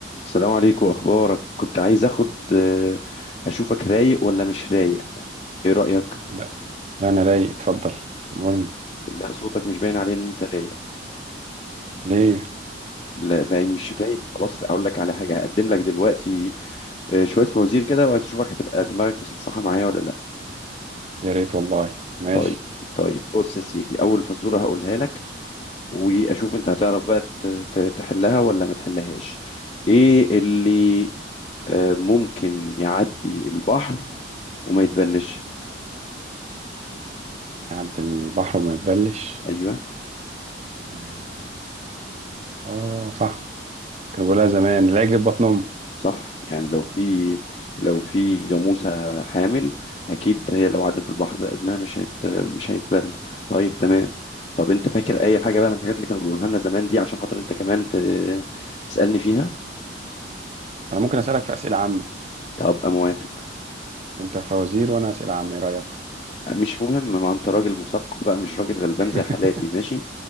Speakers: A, on the left; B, on the right.
A: السلام عليكم اخبارك كنت عايز اخد آه، اشوفك رايق ولا مش رايق ايه رايك
B: لا لا انا رايق اتفضل امرني
A: لا صوتك مش باين عليه ان انت رايق
B: ليه
A: لا باين مش رايق خلاص اقول لك على حاجه هقدم لك دلوقتي آه، شويه فوازير كده وعايز اشوفك هتبقى دماغك مصحصحه معايا ولا لا
B: يا ريت والله ماشي
A: طيب طيب بص يا سيدي اول فزوره هقولها لك واشوف انت هتعرف بقى ت- ت- تحلها ولا ما تحلهاش ايه اللي آه، ممكن يعدي البحر وما يتبلش
B: يعدي البحر وما يتبلش
A: ايوه،
B: اه آه، صح كانوا بيقولها زمان لا يجري في بطن امه
A: صح يعني لو في لو في جاموسة حامل أكيد هي لو عدت البحر ابنها مش هيت مش هيتبل طيب تمام طب أنت فاكر أي حاجة بقى من الحاجات اللي كانوا بيقولها لنا زمان دي عشان خاطر أنت كمان ت... تسألني فيها
B: انا ممكن اسالك في اسئله عامه
A: طب أبقى موافق
B: انت فوازير وانا اسئله عامه ايه رايك
A: مش مهم ما أنت راجل مثقف بقى مش راجل غلبان
B: <laughs>
A: زي حالاتي ماشي